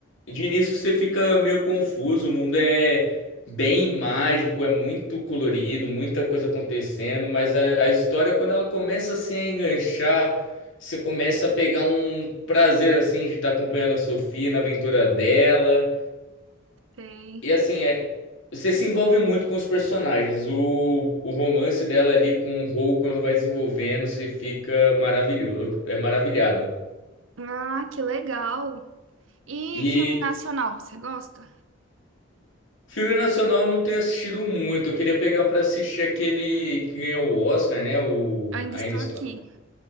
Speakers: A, on the left (about 70°); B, on the right (about 75°).
A: de início você fica meio confuso. O mundo é bem mágico, é muito colorido, muita coisa acontecendo. Mas a, a história, quando ela começa assim a enganchar, você começa a pegar um prazer assim de estar acompanhando a Sofia na aventura dela.
B: Sei.
A: E assim, é, você se envolve muito com os personagens. O, o romance dela ali com o Rou, quando vai desenvolvendo, você fica maravilhoso, é maravilhado.
B: Ah, que legal. E
A: E
B: filme nacional, você gosta?
A: filme nacional eu não tenho assistido muito. Eu queria pegar pra assistir aquele que ganhou o Oscar, né? O
B: Eu ainda
A: Ainda
B: estou
A: Estou.
B: aqui.
A: O